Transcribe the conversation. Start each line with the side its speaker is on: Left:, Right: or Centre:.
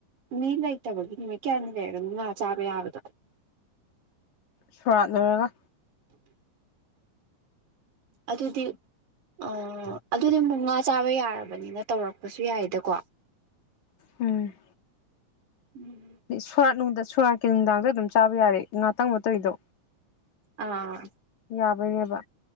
Right: ꯃꯤ ꯂꯩꯇꯕꯒꯤ ꯅꯨꯃꯤꯠ ꯀꯌꯥꯅꯤ ꯂꯩꯔꯒꯅꯣ ꯉꯥ ꯆꯥꯕ ꯌꯥꯕꯗꯣ
Left: ꯁꯨꯔꯥꯠ ꯂꯣꯏꯔꯒ
Right: ꯑꯗꯨꯗꯤ ꯑꯣ ꯑꯗꯨꯗꯤ ꯃꯨꯛ ꯉꯥ ꯆꯥꯕ ꯌꯥꯔꯕꯅꯤꯅ ꯇꯧꯔꯛꯄꯁꯨ ꯌꯥꯏꯗꯀꯣ
Left: ꯎꯝ
Right: ꯎꯝ
Left: ꯁꯣꯔꯥꯠ ꯅꯨꯡ ꯁꯣꯔꯥꯠꯀꯤ ꯅꯨꯡꯗꯥꯡꯗ ꯑꯗꯨꯝ ꯆꯥꯕ ꯌꯥꯔꯦ ꯉꯥꯇꯪꯕ ꯇꯧꯔꯤꯗꯣ
Right: ꯑꯥ
Left: ꯌꯥꯕꯩꯅꯦꯕ